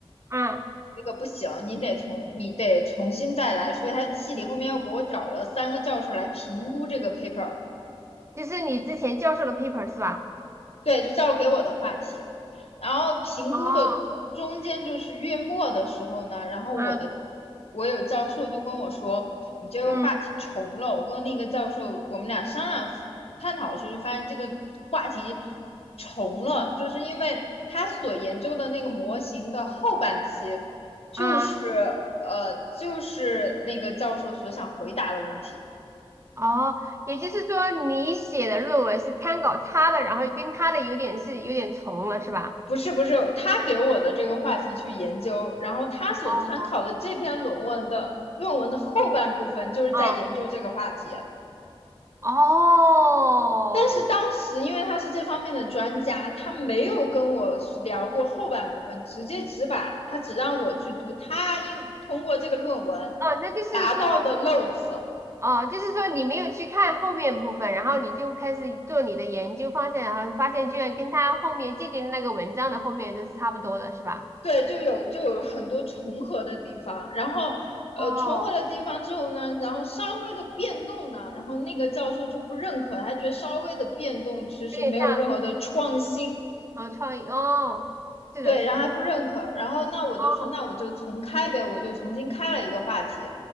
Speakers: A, on the right; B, on the left.
A: 嗯，
B: 这个不行，你得从你得重新再来。所以他系里后面又给我找了三个教授来评估这个 paper。
A: 就是你之前教授的 paper 是吧？
B: 对，就教授给我的话题，然后评估的中间就是月末的时候呢，
A: 哦，
B: 然后我的
A: 嗯
B: 我有教授就跟我说，你这个话题重了。
A: 嗯
B: 我跟那个教授我们俩商量探讨的时候，就发现这个话题重了，就是因为他所研究的那个模型的后半期，就是
A: 嗯，
B: 呃就是那个教授所想回答的问题。
A: 哦，也就是说你写的论文是参考他的，然后跟他的有点是有点重了是吧？
B: 不是不是，他给我的这个话题去研究，然后他所参考的这篇论文的论文的后半部分就是在研究这个话题。
A: 哦哦哦
B: 但是当时因为他是这方面的专家，他没有跟我聊过后半部分，直接只把他只让我去读他应通过这个论文
A: 哦，那就是说。
B: 达到的 notes，
A: 哦，就是说你没有去看后面部分，然后你就开始做你的研究，方向，然后发现居然跟他后面借鉴的那个文章的后面就是差不多的，是吧？
B: 对，就有就有很多重合的地方，然后呃重合的地方之后呢，
A: 哦，
B: 然后稍微的变动呢，然后那个教授就不认可，他觉得稍微的变动其实没有任何的创新，
A: 有点像哦，创意哦，是的，
B: 对，
A: 是的，
B: 然后他不认可，然后那我就说那我就重开呗，
A: 哦，
B: 我就重新开了一个话题，